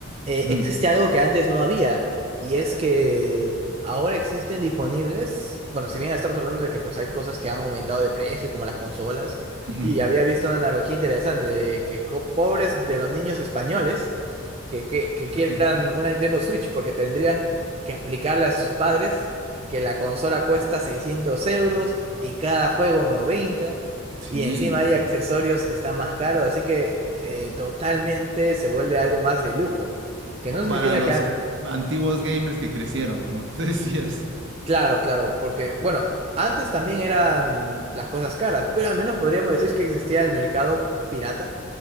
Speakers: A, on the right; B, on the right.
A: eh,
B: Ujú,
A: existe algo que antes no había, y es que ahora existen disponibles, bueno, si bien estamos hablando de que pues hay cosas que han aumentado de precio, como las consolas,
B: ujú.
A: y había visto una analogía interesante de que co- pobres de los niños españoles que, que, que
B: ¿Por
A: quieran
B: qué?
A: una Nintendo Switch, porque tendrían que explicarle a sus padres que la consola cuesta 600 euros y cada juego 90,
B: Sí.
A: y encima hay accesorios que están más caros, así que eh, totalmente se vuelve algo más de lujo, que
B: O
A: no significa
B: para los
A: que antes...
B: a- antiguos gamers que crecieron, como tú <laughs> decías.
A: Claro, claro, porque bueno, antes también eran las cosas caras, pero al menos podríamos decir que existía el mercado pirata,